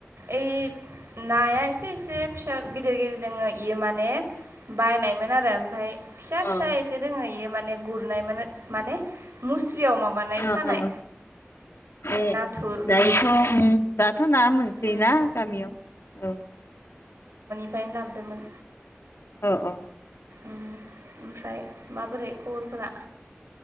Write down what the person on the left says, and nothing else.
अ
अ
अ ए
दायोथ' ओम दाथ' ना मोनसोयोना
गामियाव औ ओ।
औ औ